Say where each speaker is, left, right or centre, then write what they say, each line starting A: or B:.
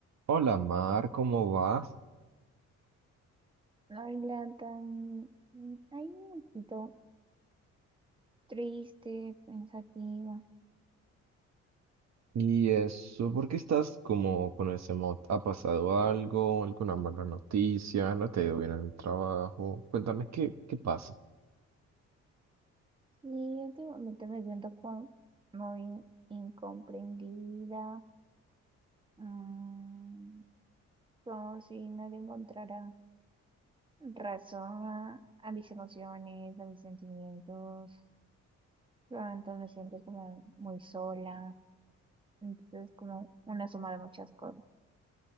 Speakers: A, on the right; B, on the right.
A: Hola Mar, ¿cómo vas?
B: Habla tan, ay, un poquito triste, pensativa.
A: ¿Y eso? ¿Por qué estás como con ese mod? ¿Ha pasado algo? ¿Alguna mala noticia? ¿No te ha ido bien en el trabajo? Cuéntame, ¿qué, qué pasa?
B: Sí, últimamente me siento como muy incomprendida, mm, como si no le encontrara razón a, a mis emociones, a mis sentimientos. Entonces me siento como muy sola. Entonces, como una suma de muchas cosas.